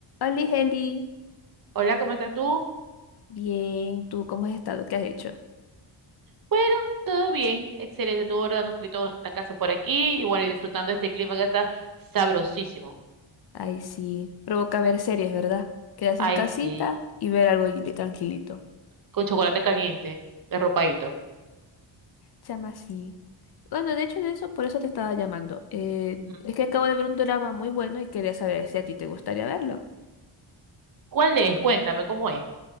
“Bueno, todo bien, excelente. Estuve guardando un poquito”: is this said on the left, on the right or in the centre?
Right